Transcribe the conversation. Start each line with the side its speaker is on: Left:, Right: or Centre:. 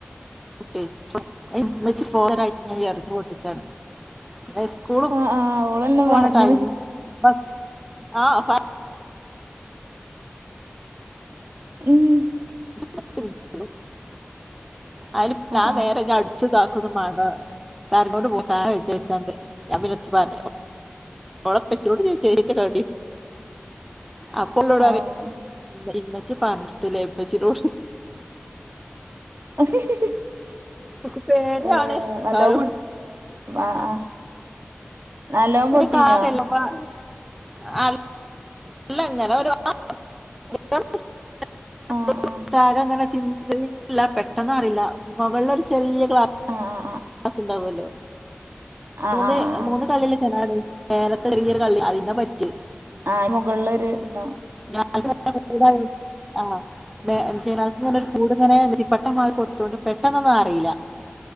Centre: കുട്ട ഫോണിനായിട്ട് ഞാൻ എറിഞ്ഞുപൊട്ടിച്ചാണ് അ സ്കൂള
Right: ആഹ് ആഹ് ആഹ് ഓളെന്നെ
Centre: പോണ
Right: പറഞ്ഞ്ണ്
Centre: ടൈമ് ബസ് ആഹ്
Right: ഉം
Centre: പത്തു മിനിറ്റ് അയില് പ്പൊ
Right: ആഹ്
Centre: ഞാൻ നേരെ ന്നെ അടിച്ച് താ ക്കൊന്നും മാണ്ട കരഞ്ഞോണ്ട് പോവും ചായ കയ്ച്ച ജാരിച്ചാണ്ട്. ഞാൻ പിന്നെ ഒന്നും പറഞ്ഞില്ല ഓളെ പ്പച്ചിനോട് ചോയ്ച്ചായിരിയ്ക്കണേ മാണ്ടി അപ്പൊ ഓളിന്നോട്
Right: ആഹ് ആഹ്
Centre: പറയാ ഇമ്മ ജ് പറഞ്ഞിട്ടില്ലേ പ്പച്ചിനോട്
Right: <unintelligible>
Centre: ഓക്ക് പേടിയാണ്
Right: ഏഹ് നല്ലോം
Centre: ന്നാലും
Right: പൊ ആഹ് ആഹ് നല്ലോം
Centre: ഒരു
Right: പൊട്ടീനോ
Centre: കാതല്ലോപ്പ <unintelligible> ആ എല്ലങ്ങനെ ഒരു <unintelligible> <unintelligible>
Right: ആഹ് ആഹ്
Centre: ല്ല പെട്ടെന്ന് അറിയില്ല മുകളില ഒരു ചെറിയ ഒരു
Right: ആ ആ
Centre: സ് ണ്ടാവല്ലോ.
Right: ആഹ്
Centre: മൂന്ന്
Right: ആഹ് ആഹ് ആഹ്
Centre: മൂന്നു കള്ളില്ലെ ജനാല മേലെ ചെറിയൊരു കള്ളി അതിനാ പറ്റിയ്
Right: ആ മുകളിലൊര് ഇതുണ്ടാകും
Centre: <unintelligible> <unintelligible> കൂടുങ്ങനെ നെറ്റിപ്പട്ടം മാതിരി കൊടുത്തൊണ്ട് പെട്ടെന്നൊന്നും അറിയില്ല